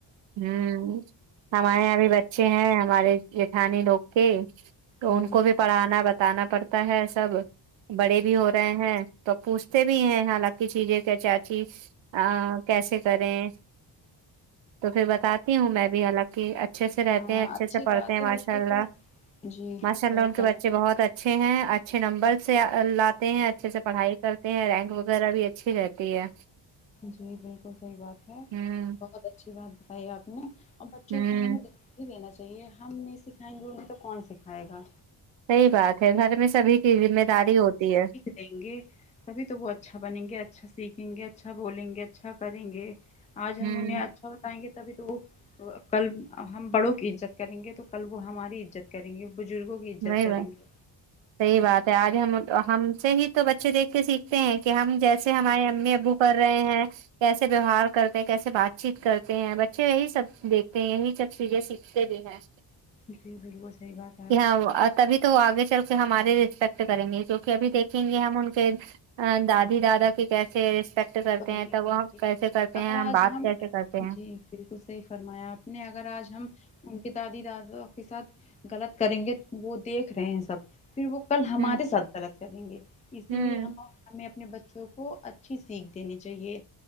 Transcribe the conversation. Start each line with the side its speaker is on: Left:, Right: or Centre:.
Right: ہوں ہمارے یہاں بھی بچے ہیں ہمارے جیٹھانی لوگ کے تو
Left: ہوں
Right: ان کو بھی پڑھانا بتانا پڑتا ہے سب بڑے بھی ہو رہے ہیں تو پوچھتے بھی ہیں حالانکی چیزیں کہ چاچی ہ کیسے کریں تو پھر بتاتی ہوں میں بھی حالانکہ اچ اچھے سے رہتے
Left: ہاں
Right: ہیں اچھے
Left: اچھی
Right: سے پڑھتے
Left: بات
Right: ہیں ماشاء
Left: ہے بچوں
Right: اللہ
Left: کو جی
Right: ماشاء اللہ
Left: صحیح
Right: ان
Left: بنا
Right: کے بچے بہت اچھے اچھے ہیں اچھے نمبر سے لاتے ہیں اچھے سے پڑھائی کرتے ہیں رینک وغیرہ بھی اچھی رہتی ہے
Left: جی بالکل صحیح بات ہے
Right: ہوں
Left: بہت اچھی بات بتائی آپ نے اور بچوں
Right: ہوں
Left: کو ہمیں د بھی دینا چاہیے ہم نہیں سکھائیں گے انہیں تو کون سکھائے گا
Right: صحیح بات ہے گھر میں سبھی کی ذمہ داری ہوتی ہے
Left: لیں گے تبھی تو وہ اچھا بنیں گے اچھا سیکھیں گے اچھا بولیں گے اچھا کریں گے آج
Right: ہوں
Left: ہم انہیں اچھا بتائیں گے تبھی تو وہ تو کل ہم بڑوں کی عزت کریں گے تو کل وہ ہماری عزت کریں گے بزرگوں کی عزت
Right: وہی
Left: کریں گے
Right: <inaudible> صحیح بات ہے آج ہم ہم سے ہی تو بچے دیکھ کے سیکھتے ہیں کہ ہم جیسے ہمارے امی ابو کر رہے ہیں کیسے ویوہار کرتے کیسے بات چیت کرتے ہیں بچے یہی سب دیکھتے ہیں یہی سب چیزیں سیکھتے بھی ہیں
Left: جی بالکل صحیح بات ہے
Right: کہ تبھی تو وہ آگے چل کے ہمارے رسپیکٹ کریں گے کیوںکہ ابھی دیکھیں گے ہم ان کے دادی دادا کی کیسے رسپیکٹ کرتے
Left: وہی
Right: ہیں تب
Left: وہی
Right: وہ
Left: ت
Right: کیسے کرتے
Left: اگر
Right: ہیں
Left: آج
Right: بات
Left: ہم
Right: کیسے کرتے ہیں
Left: جی بالکل صحیح فرمایا آپ نے اگر آج ہم ان کے دادی دادا کے ساتھ غلط کریں گے وہ دیکھ رہے ہیں سب پھر وہ کل ہمارے
Right: ہ
Left: ساتھ غلط کریں گے اسی
Right: ہ
Left: لیے ہم ہمیں اپنے بچوں کو اچھی سیکھ دینی چاہیے